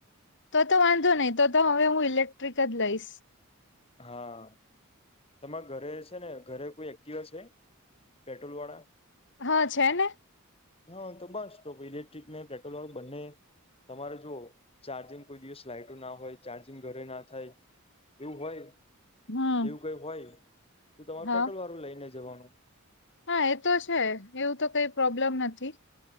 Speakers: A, on the left; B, on the left.
A: તો-તો વાંધો નય, તો-તો હવે હું ઇલેક્ટ્રિક જ લઈશ.
B: હા. તમાર ઘરે સે ને, ઘરે કોઈ એક્ટિવા સે પેટ્રોલ વાળા?
A: હા છે ને
B: હા, તો બસ તો ઇલેક્ટ્રિકને પેટ્રોલ વાળુ બંને તમારે જો ચાર્જિંગ કોઈ દિવસ લાઈટો ના હોય ચાર્જિંગ ઘરે ના થાય એવું હોય
A: હમ
B: એવું કઈ હોય, તો તમારે
A: હા
B: પેટ્રોલ વાળું લઈને જવાનું.
A: હા એ તો છે એવું તો કઈ પ્રોબ્લેમ નથી.